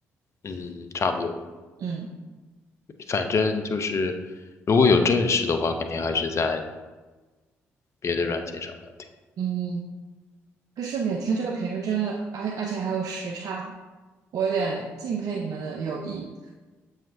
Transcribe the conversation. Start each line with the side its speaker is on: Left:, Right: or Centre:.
Left: 嗯，差不多，
Right: 嗯
Left: 反正就是如果有正事的话，肯定还是在别的软件上聊天，
Right: 嗯，可是每天这个频率真的，而而且还有时差，我有点敬佩你们的友谊。